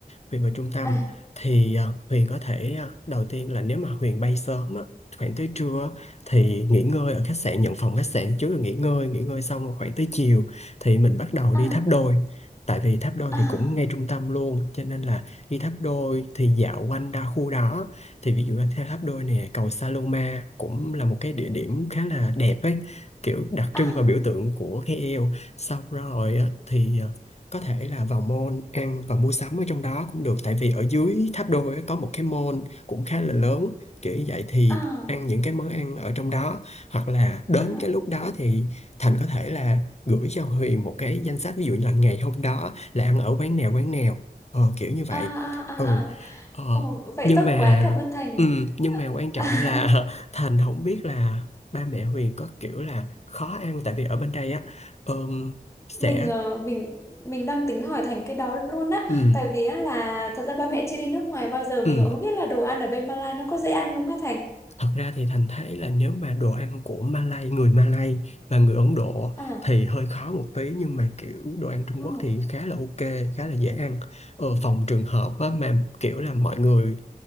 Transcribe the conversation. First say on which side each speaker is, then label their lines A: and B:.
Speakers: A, on the left; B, on the left.
A: Huyền vào trung tâm
B: à
A: thì ờ, Huyền có thể ờ, đầu tiên là nếu mà Huyền bay sớm á, khoảng tới trưa á, thì nghỉ ngơi ở khách sạn nhận phòng khách sạn trước rồi nghỉ ngơi nghỉ ngơi xong rồi khoảng tới chiều thì mình bắt đầu
B: à
A: đi tháp đôi tại vì tháp đôi
B: à
A: thì cũng ngay trung tâm luôn cho nên là đi tháp đôi thì dạo quanh đa khu đó thì ví dụ là theo tháp đôi nè cầu Saloma cũng là một cái địa điểm khá là đẹp ấy kiểu đặc
B: à
A: trưng và biểu tượng của cái eo xong rồi á, thì ờ, có thể là vào mall ăn và mua sắm ở trong đó cũng được tại vì ở dưới tháp đôi á, có một cái mall cũng khá là lớn kiểu như vậy thì
B: à
A: ăn những cái món ăn ở trong đó hoặc là đến
B: à à
A: cái lúc đó thì Thành có thể là gửi cho Huyền một cái danh sách ví dụ như là ngày hôm đó là ăn ở quán nào quán nào ờ, kiểu như vậy
B: à à à
A: ừ
B: à.
A: ờ,
B: Ồ, vậy
A: nhưng
B: tốt
A: mà
B: quá cảm ơn Thành
A: ừ, nhưng mà quan trọng
B: À, <laughs>
A: là <laughs> Thành không biết là ba mẹ Huyền có kiểu là khó ăn tại vì ở bên đây á ờm, sẽ
B: mình ờ, mình mình đang tính hỏi Thành cái đó luôn á
A: ừ,
B: tại vì á là thật ra ba mẹ chưa đi nước ngoài bao giờ mình
A: ừ.
B: cũng không biết là đồ ăn ở bên Malaysia nó có dễ ăn không á Thành
A: Thật ra thì Thành thấy là nếu mà đồ ăn của Malay người Malay và người Ấn Độ
B: à
A: thì hơi khó một tí nhưng mà kiểu đồ ăn Trung
B: à
A: Quốc thì khá là ok khá là dễ ăn ờ, phòng trường hợp á, mà kiểu là mọi người